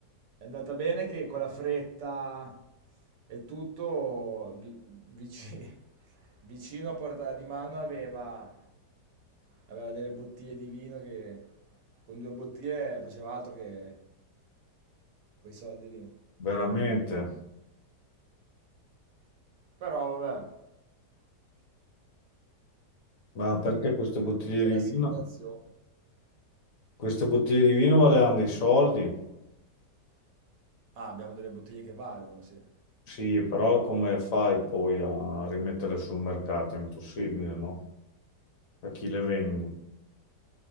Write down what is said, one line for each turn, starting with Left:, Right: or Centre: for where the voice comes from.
Right: è andata bene che con la fretta e tutto, vi- vici- <laughs> vicino a portata di mano aveva, aveva delle bottiglie di vino che con due bottiglie faceva altro che quei soldi lì.
Left: veramente.
Right: Però vabbè,
Left: Ma perché queste bottiglie
Right: c'è
Left: di
Right: l'assicurazione.
Left: vino? Queste bottiglie di vino valevano dei soldi?
Right: Ah, abbiamo delle bottiglie che valgono, sì.
Left: Sì, però come fai poi a rimettere sul mercato? È impossibile, no? A chi le vendi?